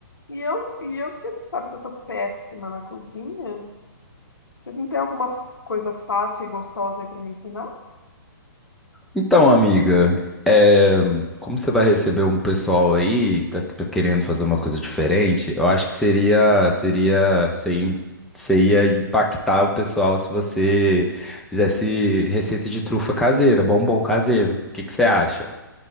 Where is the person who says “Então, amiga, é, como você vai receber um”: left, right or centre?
Centre